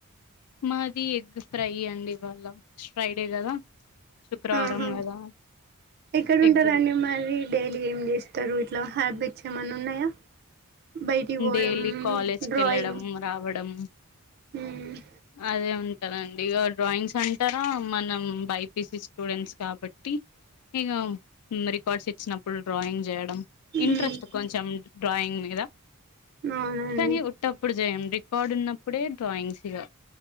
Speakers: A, on the left; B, on the right.
A: మాది ఎగ్ ఫ్రై అండి ఇవ్వల ఫ్రైడే గదా శుక్రవారం
B: ఆహా
A: గదా
B: ఎక్కడ ఉంటారండి
A: ఎగ్
B: మరి డైలీ ఏం చేస్తారు ఇట్లా హ్యాబిట్స్ ఏమన్న ఉన్నాయా బైటికి పోవడం
A: డైలీ కాలేజ్కి
B: డ్రాయింగ్
A: వెళ్ళడం రావడం
B: ఉమ్
A: అదే ఉంటదండి ఇగ డ్రాయింగ్స్ అంటారా మనం బైపీసి స్టూడెంట్స్ కాబట్టి ఇగ మ్ రికార్డ్స్ ఇచ్చినప్పుడు డ్రాయింగ్ చేయడం ఇంట్రెస్ట్
B: మ్మ్
A: కొంచెం డ్రాయింగ్ మీద
B: అవునండి
A: కాని ఉట్టప్పుడు జేయండి కార్డున్నప్పుడే డ్రాయింగ్సిగ